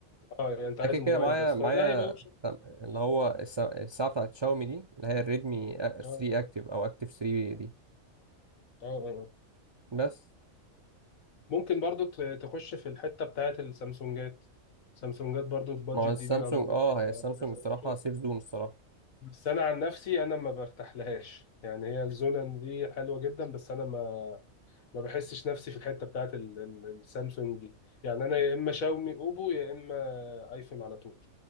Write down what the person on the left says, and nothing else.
آه، يعني انت عايز
موبايل
بس
فده هيبقى اوبشن
اه
اه آه.
ممكن برضو ت- تخش في الحته بتاعت السامسونجات سامسونجات برضو البادجت
دي بيبقى موجود
فيها
كذا
option.
بس انا عن نفسي انا ما برتاحلهاش يعني هي الزونن دي حلوه جدا بس انا ما ما بحسش نفسي في الحته بتاعت ال- ال- السامسونج دي يعني انا يا اما شاومي اوبو يا اما ايفون على طول